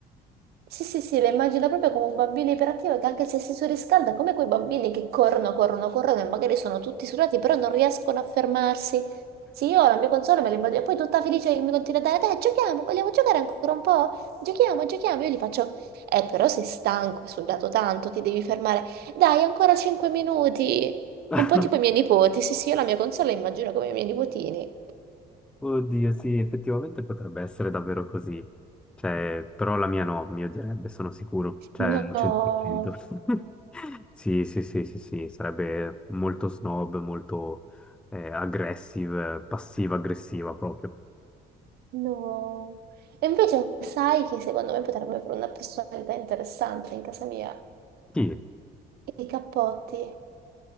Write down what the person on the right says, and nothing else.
Sì, sì, sì, la immagino proprio come un bambino iperattivo che anche se si surriscalda, come quei bambini che corrono, corrono, corrono e magari sono tutti sudati, però non riescono a fermarsi. Sì, io la mia console me la immagino, e poi tutta felice che mi continua a dare, dai, giochiamo, vogliamo giocare ancora un po'? Giochiamo, giochiamo. Io gli faccio, eh, però sei stanco, hai sudato tanto, ti devi fermare. Dai, ancora 5 minuti.
Un po' tipo i miei nipoti. Sì, sì, io la mia console la immagino come i miei nipotini.
No,
no. E invece sai chi secondo me potrebbe avere una personalità interessante in casa mia?
I cappotti.